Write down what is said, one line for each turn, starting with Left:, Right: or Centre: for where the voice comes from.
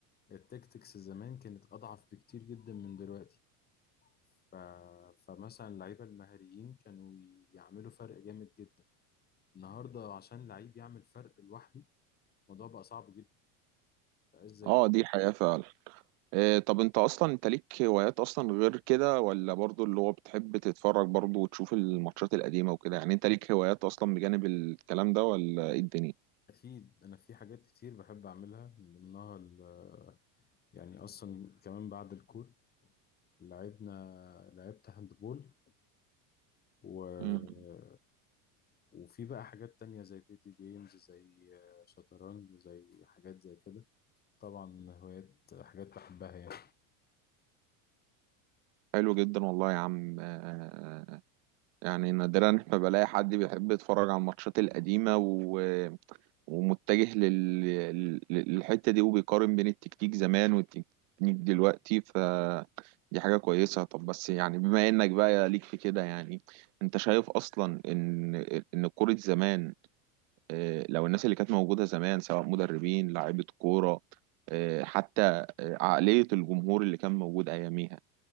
Left: التكتكس زمان كانت أضعف بكتير جدا من دلوقتي ف... فمثلا اللعيبة المهاريين كانوا يعملوا فرق جامد جدا النهاردة عشان لعيب يعمل فرق لوحده الموضوع بقى صعب جدا بقاش زي
Right: اه دي حياه فعلا آه، طب انت اصلا انت ليك هوايات اصلا غير كده ولا برضو اللي هو بتحب تتفرج برضو وتشوف الماتشات القديمه وكده يعني انت ليك هوايات اصلا بجانب الكلام ده ولا ايه الدنيا
Left: أكيد أنا في حاجات كتير بحب أعملها من ضمنها ال- يعني أصلا كمان بعد الكور لعبنا لعبت هاندبول و...
Right: مم.
Left: وفي بقى حاجات تانية زي فيديو جيمز زي آه، شطرنج زي حاجات زي كده طبعا هوايات حاجات بحبها يعني
Right: حلو جدا والله يا عم آه، آه، آه، يعني نادرا ما بلاقي حد بيحب يتفرج على الماتشات القديمة و... ومتجه لل... لل- للحتة دي وبيقارن بين التكتيك زمان والتكتيك دلوقتي ف دي حاجة كويسة طب بس يعني بما انك بقى ليك في كده يعني انت شايف اصلا ان ان كرة زمان آه، لو الناس اللي كانت موجودة زمان سواء مدربين لاعيبة كورة آه، حتى آه، عقلية الجمهور اللي كان موجود اياميها